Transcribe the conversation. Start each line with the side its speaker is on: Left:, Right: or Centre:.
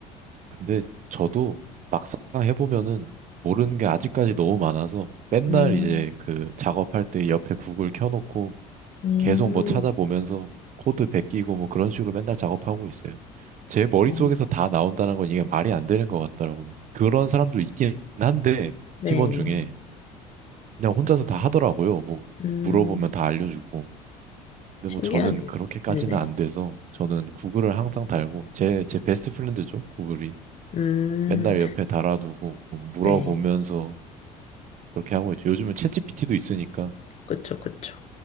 Right: 근데 저도 막상 해보면은 모르는 게 아직까지 너무 많아서 맨날
Left: 음,
Right: 이제 그 작업할 때 옆에 구글 켜놓고
Left: 음,
Right: 계속 뭐 찾아보면서 코드 베끼고 뭐 그런 식으로 맨날 작업하고 있어요. 제 머릿속에서
Left: 어,
Right: 다 나온다는 건 이게 말이 안 되는 것 같더라고요. 그런 사람도 있긴 한데,
Left: 네.
Right: 팀원 중에 그냥 혼자서
Left: 음,
Right: 다 하더라고요. 뭐
Left: 음,
Right: 물어보면 다 알려주고. 근데
Left: 신기하네요.
Right: 뭐 저는 그렇게까지는
Left: 네네.
Right: 안 돼서 저는 구글을 항상 달고 제, 제 베스트 프렌드죠. 구글이.
Left: 음,
Right: 맨날 옆에 달아두고 물어보면서
Left: 네.
Right: 그렇게 하고 있죠. 요즘은 챗GPT도 있으니까
Left: 그쵸, 그쵸.